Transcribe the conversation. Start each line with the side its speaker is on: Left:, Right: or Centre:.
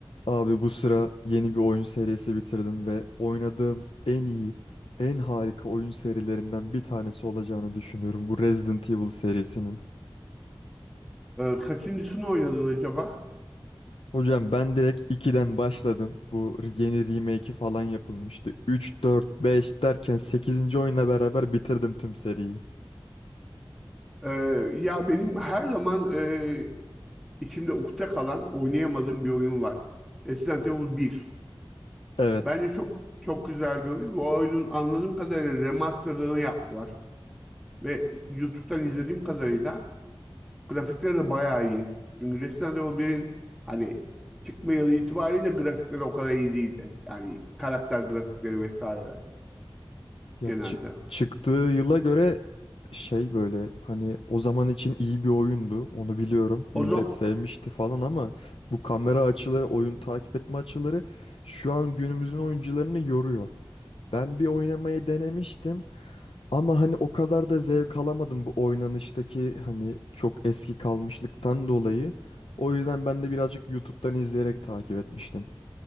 Left: Abi bu sıra yeni bir oyun serisi bitirdim ve oynadığım en iyi, en harika oyun serilerinden bir tanesi olacağını düşünüyorum bu Resident Evil serisinin.
Centre: Ee, kaçıncısını oynadın acaba?
Left: Hocam ben direkt 2'den başladım. Bu yeni remake'i falan yapılmıştı. üç 4 5 derken sekizinci oyunla beraber bitirdim tüm seriyi.
Centre: Ee, ya benim her zaman e, içimde ukde kalan oynayamadığım bir oyun var. Resident Evil 1.
Left: Evet.
Centre: Bence çok çok güzel bir oyun. Bu oyunun anladığım kadarıyla remasterını yaptılar. Ve YouTube'dan izlediğim kadarıyla grafikleri de bayağı iyi. Çünkü Resident Evil 1'in hani çıkma yılı itibariyle grafikleri o kadar iyi değildi. Yani karakter grafikleri vesaireler
Left: Ya
Centre: genelde.
Left: çı- çıktığı yıla göre şey böyle hani o zaman için iyi bir oyundu onu biliyorum. Millet
Centre: O zaman
Left: sevmişti falan ama bu kamera açıları, oyun takip etme açıları şu an günümüzün oyuncularını yoruyor. Ben bir oynamayı denemiştim ama hani o kadar da zevk alamadım bu oynanıştaki hani çok eski kalmışlıktan dolayı. O yüzden ben de birazcık YouTube'dan izleyerek takip etmiştim.